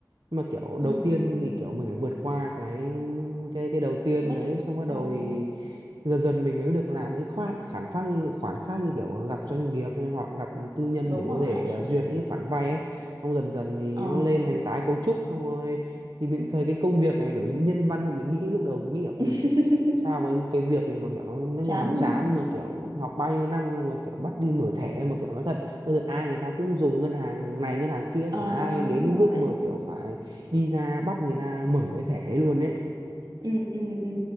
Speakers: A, on the right; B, on the right.
A: Nhưng mà kiểu đầu
B: ừ
A: tiên
B: ừ
A: thì kiểu mình phải vượt qua cái cái cái đầu tiên
B: mấy
A: đấy xong bắt đầu
B: ờ
A: thì dần dần mình mới được làm những khoản khoản khác như khoản khác như kiểu gặp doanh nghiệp hay hoặc gặp tư nhân
B: đúng
A: để có
B: rồi
A: thể à, duyệt những khoản vay ấy xong dần dần thì
B: ờ
A: nó lên thành tái cấu trúc xong rồi thì mình thấy cái công việc này kiểu như nó nhân văn hơn mình nghĩ lúc đầu mình nghĩ là ui
B: <laughs>
A: sao mà cái việc này mà kiểu nó nó
B: chán
A: nhàm chán mà kiểu học bao nhiêu năm xong rồi kiểu bắt đi mở thẻ mà kiểu nói thật bây giờ ai người ta cũng dùng ngân hàng này ngân hàng kia
B: ờ
A: chả ai đến
B: đúng
A: cái
B: rồi
A: mức mà kiểu phải đi ra bắt người ta mở cái thẻ ấy
B: ừ
A: luôn ấy
B: ừ ừ ừ.